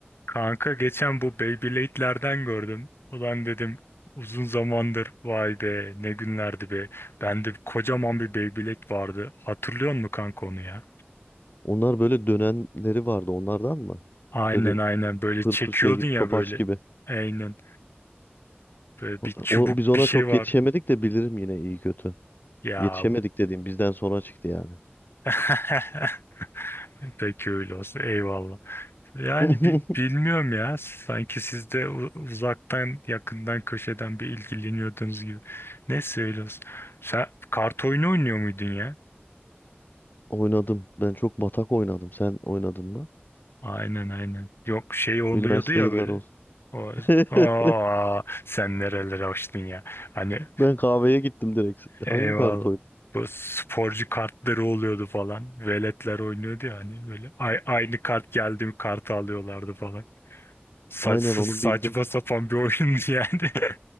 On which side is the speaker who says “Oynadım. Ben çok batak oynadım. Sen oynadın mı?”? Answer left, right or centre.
Left